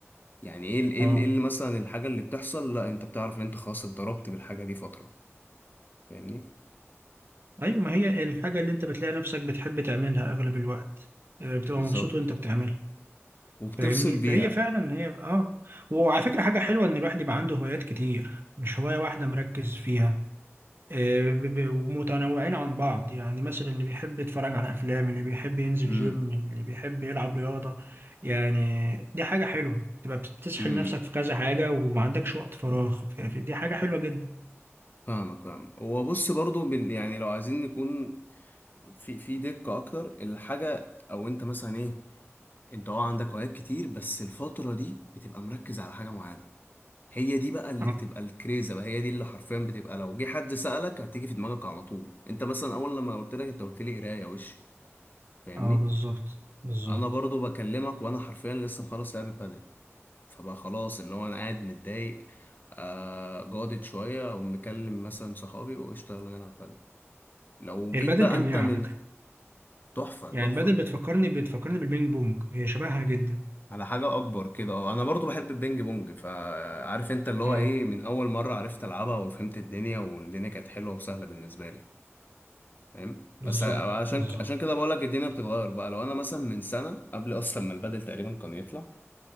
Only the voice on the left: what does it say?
يعني ايه ال- ايه
ال- إيه اللي مثلا الحاجه اللي بتحصل لا انت بتعرف ان انت خلاص اتضربت بالحاجه دي فتره فاهمني
بالظبط
وبتفصل
بيها
امم
امم
فاهمك فاهم هو بص برضو بال يعني لو عايزين نكون في في دقه اكتر الحاجه او انت مثلا ايه انت اه عندك هوايات كتير بس الفتره دي بتبقى مركز على حاجه معينه هي دي بقى اللي
بتبقى الكريزه بقى هي دي اللي حرفيا بتبقى لو جه حد سألك هتيجي في دماغك على طول انت مثلا اول لما قلت لك انت قلت لي قرايه وش فاهمني
انا برضو بكلمك وانا حرفيا لسه مخلص لعب بادل فبقى خلاص اللي هو انا قاعد متضايق آه جادت شويه او مكلم مثلا صحابي وقشطه يلا نلعب بادل لو
جيت
بقى
انت من
تحفه
تحفه
على حاجه اكبر كده اه انا برضو بحب البينج بونج فعارف انت اللي هو
ايه من اول مره عرفت العبها وفهمت الدنيا والدنيا كانت حلوه وسهله بالنسبه لي فاهم
بس عشان
عشان كده بقول لك الدنيا بتتغير بقى لو انا مثلا من سنه قبل اصلا ما البدل تقريبا كان يطلع